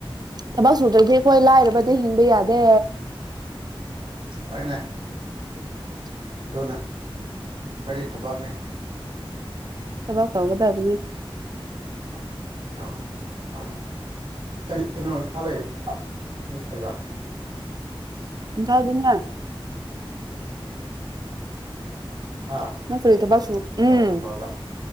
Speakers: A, on the right; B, on the right.
A: ꯊꯕꯛ ꯁꯨꯗ꯭ꯔꯗꯤ ꯑꯩꯈꯣꯏ ꯂꯥꯏꯔꯕꯗꯤ ꯍꯤꯡꯕ ꯌꯥꯗꯦ
B: ꯍꯅ
A: ꯎꯝ
B: ꯑꯗꯨꯅ ꯈ꯭ꯋꯥꯏꯗꯤ ꯊꯕꯥꯛꯅꯤ
A: ꯊꯕꯛ ꯇꯧꯒꯗꯕꯅꯦ
B: <inaudible> <inaudible>
A: ꯊꯕꯅ
B: ꯍꯥ
A: ꯅꯪ ꯀꯨꯔꯤ ꯊꯕꯛꯁꯨ ꯎꯝ
B: ꯑꯣ ꯏꯝꯐꯥꯜꯗ